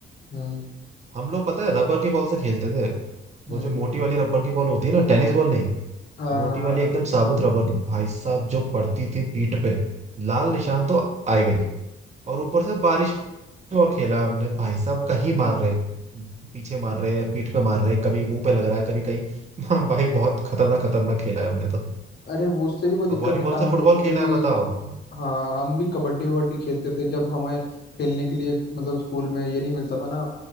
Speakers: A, on the left; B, on the right.
A: हम्म
B: हम लोग पता है रबर की बॉल से खेलते थे वो
A: हम्म
B: जो मोटी वाली रबर की बॉल होती है ना टेनिस बॉल नहीं
A: हाँ
B: मोटी वाली
A: हाँ,
B: एकदम साबुत रबर की भाई साहब जो पड़ती थी पीठ पे लाल निशान तो आएगा ही और ऊपर से बारिश में और खेला आपने भाई साहब कहीं मार
A: हम्म।
B: रहे हैं पीछे मार रहे हैं पीठ पे मार रहे हैं कभी मुंह पे लग रहा है कभी कहीं <laughs> हाँ भाई बहुत खतरनाक खतरनाक खेला है हमने तो
A: अरे वो उससे भी कोई दिक्कत
B: अब वॉलीबॉल
A: नहीं था
B: से
A: हम
B: फुटबॉल
A: उससे
B: खेला
A: भी
B: है बताओ
A: हाँ हम भी कबड्डी वबड्डी खेलते थे जब हमें खेलने के लिए मतलब स्कूल में ये नहीं मिलता था ना